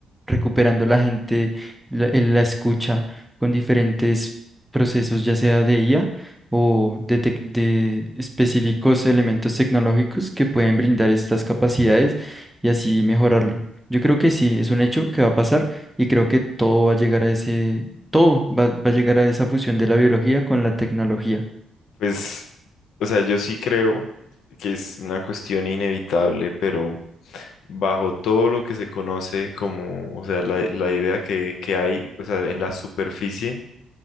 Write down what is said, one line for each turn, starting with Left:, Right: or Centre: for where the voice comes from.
Centre: recuperando la gente, la, el- la escucha con diferentes procesos, ya sea de IA o de, tec- de específicos elementos tecnológicos que pueden brindar estas capacidades y así mejorarlo. Yo creo que sí, es un hecho que va a pasar y creo que todo va a llegar a ese todo va, va a llegar a esa fusión de la biología con la tecnología.
Left: Pues, o sea, yo sí creo que es una cuestión inevitable, pero... bajo todo lo que se conoce como, o sea, la, la idea que, que hay, o sea, en la superficie,